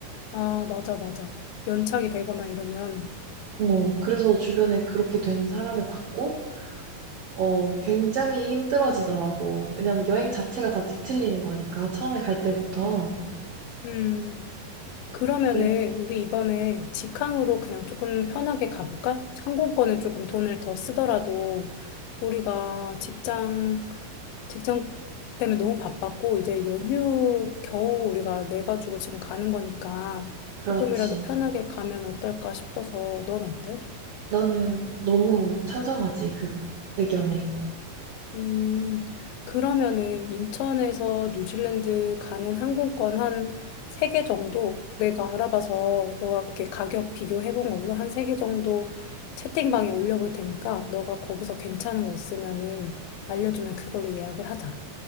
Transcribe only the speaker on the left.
아, 맞아, 맞아. 연착이 되거나 이러면.
음, 그러면은
우리 이번에 직항으로 그냥 조금 편하게 가볼까? 항공권에 조금 돈을 더 쓰더라도 우리가 직장, 직장 때문에 너무 바빴고 이제 연휴 겨우 우리가 내가지고 지금 가는 거니까
조금이라도 편하게 가면 어떨까 싶어서 넌 어때?
음, 그러면은 인천에서 뉴질랜드 가는 항공권 한 세 개 정도 내가 알아봐서 너가 이렇게 가격 비교해 본 걸로 한 세 개 정도 채팅방에 올려볼 테니까 너가 거기서 괜찮은 거 있으면은 알려주면 그걸로 예약을 하자.